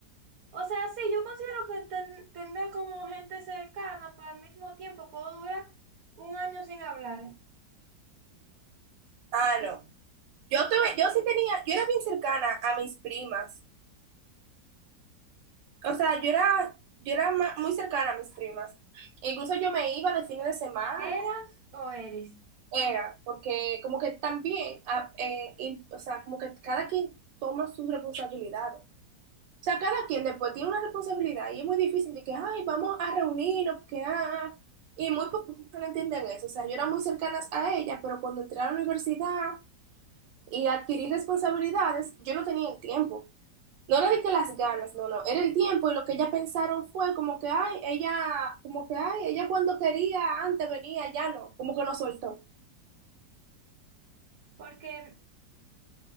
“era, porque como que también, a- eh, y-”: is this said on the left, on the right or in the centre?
Right